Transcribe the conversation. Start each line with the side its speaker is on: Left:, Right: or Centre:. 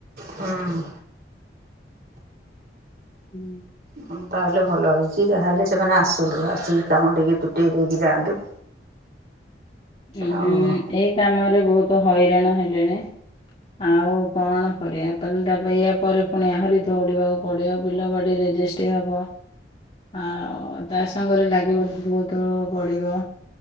Right: ହୁଁ।
Left: ହୁଁ।
Right: ହଁ ତାହେଲେ ଭଲ ହେଇଛି ଯାହାହେଲେ ସେମାନେ ଆସନ୍ତୁ ଆସିକି କାମ ଟିକେ ତୁଟେଇ ଦେଇକି ଯାଆନ୍ତୁ।
Left: ଉଁ
Right: ଆଉ
Left: ଏଇ କାମରେ ବହୁତ୍ ହଇରାଣ ହେଲେଣି। ଆଉ କଣ କରିବା ତାହେଲେ ତାପ ଏୟା ପରେ ଫୁଣି ଆହୁରି ଦଉଡିବାକୁ ପଡିବ ବିଲ ବାଡି। ରେ ରେଜିଷ୍ଟ୍ ହବ। ଆଉ ତା ସାଙ୍ଗରେ ଲାଗିବାକୁ ବହୁତୁ ପଡିବ